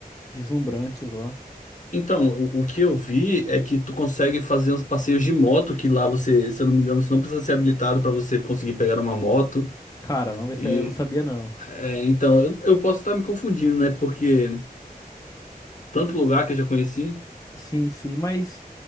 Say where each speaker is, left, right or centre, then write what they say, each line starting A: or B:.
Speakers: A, on the left; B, on the left.
A: deslumbrantes lá.
B: Então, o, o que eu vi é que tu consegue fazer uns passeios de moto, que lá você, se eu não me engano, você não precisa ser habilitado para você conseguir pegar uma moto.
A: Caramba, esse
B: E
A: aí eu não sabia não.
B: é, então, eu, eu posso estar me confundindo, né? Porque tanto lugar que eu já conheci,
A: Sim, sim, mas